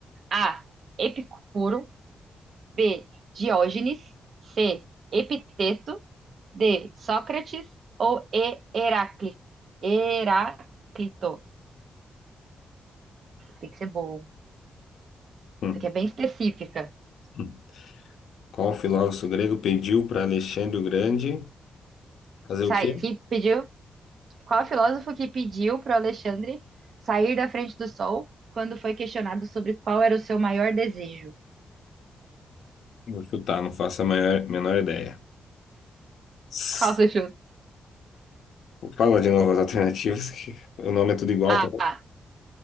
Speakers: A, on the right; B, on the left.
A: A. Epicuro. B. Diógenes. C. Epiteto. D. Sócrates. Ou E. Heráclito. Heráclito. Tem que ser bom.
B: Hum.
A: Isso aqui é bem específica.
B: Hum. Qual filósofo grego pediu para Alexandre o Grande fazer
A: Sai,
B: o quê?
A: que pediu? Qual filósofo que pediu para Alexandre sair da frente do sol quando foi questionado sobre qual era o seu maior desejo?
B: Vou chutar, não faço a maior, menor ideia. S-
A: Qual você chuta?
B: Fala de novas alternativas, que o nome é tudo igual.
A: A.
B: pô.